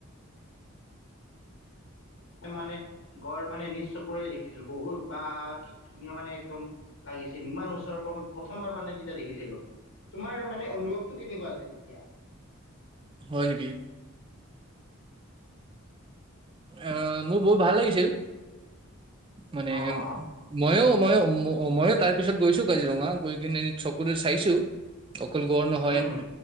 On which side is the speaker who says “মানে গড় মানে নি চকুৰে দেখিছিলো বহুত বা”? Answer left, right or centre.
Left